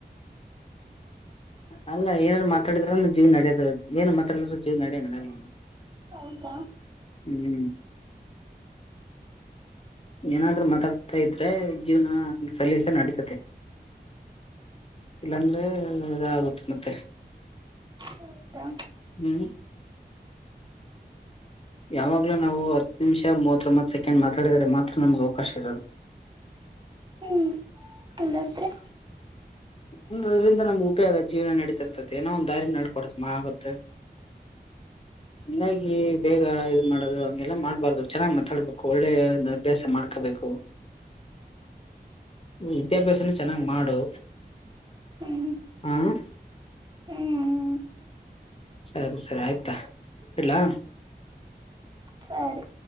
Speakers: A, on the left; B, on the right.
A: ಅಲ್ಲ ಏನಾದ್ ಮಾತಾಡಿದ್ರ ಜೀವ ನಡೋದ ಏನ್ ಮಾತಾಡಿದ್ರರು ಜೀವ ನಡ ನಡೋ
B: ಹೌದಾ...
A: ಹ್ಮ್.... ಏನಾದ್ರೂ ಮಾತಾಡ್ತಾ ಇದ್ರೆ ಜೀವನ..... ಸಲಸ ನಡತತೆ ಇಲ್ಲಾಂದ್ರೆ..... ಇದ ಆಗುತ್ತೆ ಮತ್ತೆ
B: ಹೌದಾ
A: ಹ್ಮ್ ಯಾವಾಗ್ಲೂ ನಾವು ಹತ್ತು ನಿಮಿಷ ಮೂವತ್ತೊತ್ ಸೆಕೆಂಡ್ ಮಾತಾಡಿದರೆ ಮಾತ್ರ ನಮ್ಗೆ ಅವಕಾಶ ಇರೋದು
B: ಹ್ಮ್.... ಇಲ್ಲಾಂದ್ರೆ...
A: ಅಂದ್ರ ಅದ್ರಿಂದ ನಮ್ ಉಪಯೋಗ ಜೀವನ ನಡೀತಿರ್ತತಿ ಏನೋ ಒಂದು ದಾರಿ ನಡ್ಕಡಸ ಆಗತ್ತೆ ಹಂಗಾಗಿ ಬೇಗ ಇದ್ ಮಾಡದು ಹಗೆಲ್ಲ ಮಾಡ್ಬಾರ್ದು ಚೆನ್ನಾಗ್ ಮಾತಾಡ್ಬೇಕು ಒಳ್ಳೆ ಅಭ್ಯಾಸ ಮಾಡ್ಕು ಮಾಡಬೇಕು ವಿದ್ಯಾಭ್ಯಾಸನ ಚೆನ್ನಾಗಿ್ ಮಾಡು
B: ಹ್ಮ್
A: ಹ್ಮ್
B: ಹ್ಮ್
A: ಸರಿ ಸರಿ ಆಯ್ತಾ ಇಲ್ಲಾ
B: ಸರಿ